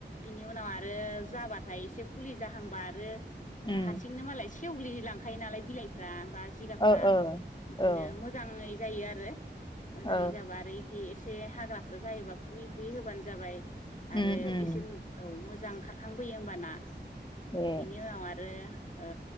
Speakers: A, on the left; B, on the left.
A: बेनि उनाव आरो जाबाथाय एसे फुलि जाहांबा आरो
B: उम
A: ओ हारसिंनो मालाय सेवग्लि लांखायो नालाय बिलाइफ्रा बा जिगाब फ्रा
B: ओ ओ
A: बिदिनो
B: औ
A: मोजाङै जायो आरो मोजाङै
B: ओ
A: जाबा आरो इखि एसे एसे हाग्राफोर जायोबा फुयै फुयै होबानो जाबाय
B: उम
A: आरो
B: उम
A: एसे औ मोजां मोजां खारखांबोयो होमबाना
B: ए
A: बिनि उनाव आरो ओ